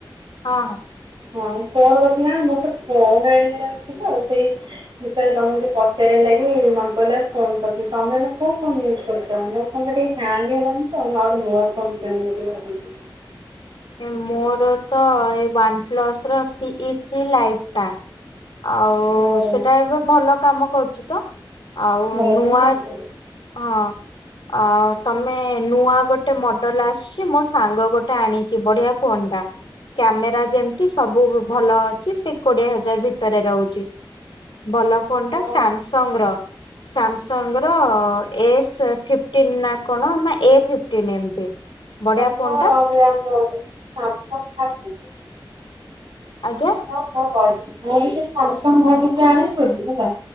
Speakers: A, on the left (about 80°); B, on the right (about 70°).
A: ହଁ ହଁ।
B: ହଁ ଫୋନ କରିଥିଲି ନା ମୋର ଗୋଟେ ଫୋନ୍ ଆଣିବାର ଅଛି ତ ସେଇ। ବିଷୟରେ ତମକୁ ଟିକେ ପଚାରିବା ଲାଗି ମନେ ପଇଲା ଫୋନ୍ କରିଚି ତମେ ଏଇନା କୋଉ ଫୋନ୍ ୟୁଜ୍ କରୁଛ ମୋ ଫୋନ ଗୋଟେ। ହ୍ୟାଙ୍ଗ ହେଲାଣି ତ ମୁଁ ଆଉଗୋଟେ ନୂଆ ଫୋନ୍ କିଣିବି ବୋଲି ଭାବିଛି।
A: ଏ ମୋର ତ ଏ ୱାନ୍ ପ୍ଲସ ର ସି ଇ ଥ୍ରୀ ଲାଇଟ୍। ଟା ଆଉ
B: ଓହୋ
A: ସେଟା ଏବେ ଭଲ କାମ କରୁଛି ତ। ଆଉ
B: ଭଲ
A: ନୂଆ।
B: ଫୋନ୍ କରିଛ।
A: ହଁ ଆଉ ତମେ ନୂଆ ଗୋଟେ ମଡେଲ ଆସଛି ମୋ ସାଙ୍ଗ ଗୋ ଟେ ଆଣିଛି ବଢିଆ ଫୋନ୍ ଟା। କ୍ୟାମେରା ଯେମତି ସବୁବୁ ଭଲ ଅଛି ସେ କୋଡିଏ ହଜାର ଭିତରେ ରହୁଛି। ଭଲ ଫୋନ୍
B: ନହେଲେ
A: ଟା ସାମସଙ୍ଗ ର ସାମସଙ୍ଗ ର। ଏସ୍ ଫିପ୍ଟିନ ନା କଣ ନା ଏ ଫିପ୍ଟିନ ଏମତି। ବଢିଆ
B: ଏ
A: ଫୋନ
B: କଣ
A: ଟା
B: ଭଳିଆ <unintelligible> ସାମସଙ୍ଗ ଆସିଛି।
A: ଆଜ୍ଞା।
B: ମୁଁ ବି ସେ ସାମ୍ସଙ୍ଗ ଭାବିଚି ଆଣିବି ବୋଲି ହେଲା।